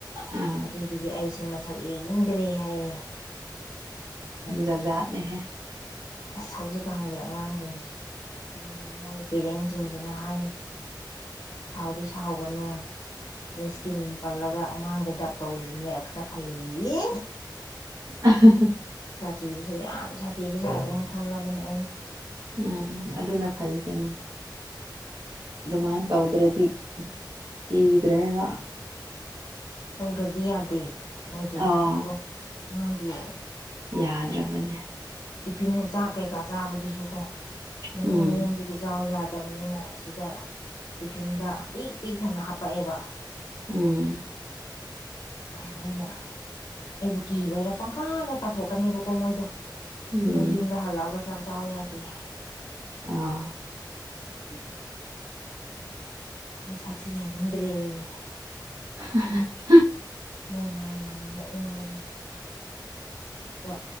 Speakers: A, on the right; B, on the left.
A: ꯑꯥ
B: ꯑꯗꯨꯗꯒꯤ ꯑꯩꯁꯦ ꯃꯁꯛ ꯌꯦꯡꯅꯤꯡꯗ꯭ꯔꯦ ꯍꯥꯏꯌꯦ ꯑꯗꯨꯗꯨꯒꯤ
A: ꯖꯥ ꯖꯥꯠꯅꯦꯍꯦ
B: ꯑꯁ ꯍꯧꯖꯤꯛꯀꯥꯟꯒꯤ ꯑꯉꯥꯡꯁꯤꯡꯁꯦ ꯃꯣꯏ ꯄꯦꯔꯦꯟꯁ ꯁꯤꯡꯁꯤꯅ ꯍꯥꯏ ꯁꯥꯎꯗꯤ ꯁꯥꯎꯒꯅꯨ ꯃꯤꯁꯀꯤ ꯃꯤꯡ ꯄꯜꯂꯒ ꯑꯉꯥꯡꯗ ꯗꯞ ꯇꯧꯔꯤꯅꯦ ꯈꯔ ꯐꯩꯌꯦ ꯌꯦ
A: <inaudible>
B: ꯁꯥꯊꯤꯕꯁꯦ ꯌꯥꯝ ꯁꯥꯊꯤꯕꯖꯥꯠꯅꯦꯅ ꯈꯜꯂꯕꯅꯦ ꯑꯩꯅ
A: ꯎꯝ ꯑꯗꯨꯅ ꯐꯩ ꯀꯩꯅꯣ ꯑꯗꯨꯃꯥꯏꯅ ꯇꯧꯗ꯭ꯔꯗꯤ ꯀꯤꯗ꯭ꯔꯦꯕ
B: ꯇꯧꯗ꯭ꯔꯗꯤ ꯌꯥꯗꯦ ꯃꯣꯏꯗꯣ
A: ꯑꯥ
B: ꯑꯗꯣ ꯑꯉꯥꯡꯒꯤ
A: ꯌꯥꯗ꯭ꯔꯕꯅꯦ
B: ꯇꯤꯐꯤꯟ ꯆꯥꯛ ꯀꯩꯀꯥ ꯆꯥꯕꯗꯨꯁꯨ ꯀꯣ ꯃꯌꯨꯝ
A: ꯎꯝ
B: ꯃꯌꯨꯝꯗꯒꯤ ꯆꯥꯎ ꯌꯥꯗ ꯃꯇꯝꯅꯤꯅ ꯑꯁꯤꯗ ꯇꯤꯐꯤꯟꯗ ꯄꯤꯛ ꯄꯤꯛ ꯊꯟꯅ ꯍꯥꯞꯄꯛꯑꯦꯕ
A: ꯎꯝ
B: ꯑꯩꯅ ꯑꯩꯕꯨ ꯀꯤꯕꯩꯔꯥ ꯄꯪꯀꯥꯗ ꯀꯥꯊꯣꯛꯀꯅꯦꯕꯀꯣ ꯃꯣꯏꯗꯣ
A: ꯎꯝ
B: ꯑꯗꯨ ꯌꯨꯝꯗ ꯍꯜꯂꯛꯑꯒ ꯆꯥꯛ ꯆꯥꯎ ꯌꯥꯗꯦ ꯍꯥꯏ
A: ꯑꯥ
B: ꯑꯩ ꯁꯛꯁꯦ ꯌꯦꯡꯅꯤꯡꯗ꯭ꯔꯦꯌꯦ
A: <inaudible>
B: ꯃꯣꯏꯅ ꯍꯥꯏꯅꯦ ꯅꯣꯛꯅꯤꯡꯕꯅꯦ ꯑꯗꯣ